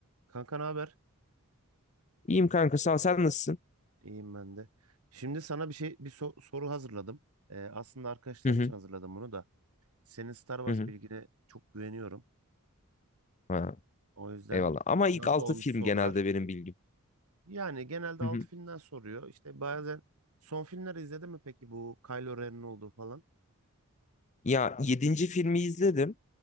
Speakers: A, on the right; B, on the left.
A: Kanka ne haber?
B: İyiyim kanka sağ ol. Sen nasılsın?
A: İyiyim ben de. Şimdi sana bir şey bir so- soru hazırladım. Ee, aslında arkadaşlar
B: Hı hı.
A: için hazırladım bunu da. Senin Star Wars
B: Hı hı.
A: bilgine çok güveniyorum.
B: Ha,
A: O yüzden
B: eyvallah. Ama ilk
A: nasıl
B: 6
A: olmuş
B: film
A: sorular?
B: genelde benim bilgim.
A: Yani genelde
B: Hı
A: 6
B: hı.
A: filmden soruyor. İşte bazen son filmleri izledin mi peki bu Kylo Ren'in olduğu falan?
B: Ya yedinci filmi izledim.